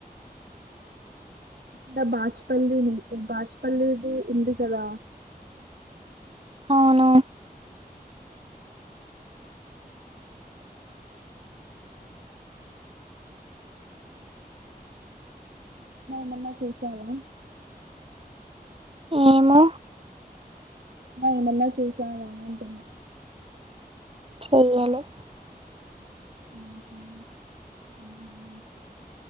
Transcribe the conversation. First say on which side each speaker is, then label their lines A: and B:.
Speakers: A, on the right (about 85°); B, on the right (about 35°).
A: ఇడ బాచపల్లి బాచపల్లిది ఉంది కదా
B: అవును
A: ఏన్న చేసావా
B: ఏమో
A: ఏమన్నా చుసావా అంటున్న
B: చెయ్యలే
A: మ్ హు ఉష్